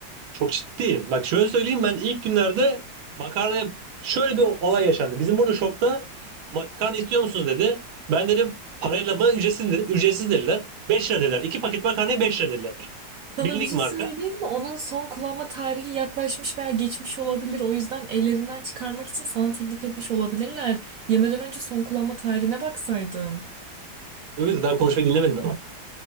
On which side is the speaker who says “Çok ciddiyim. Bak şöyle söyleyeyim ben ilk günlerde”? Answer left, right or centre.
Right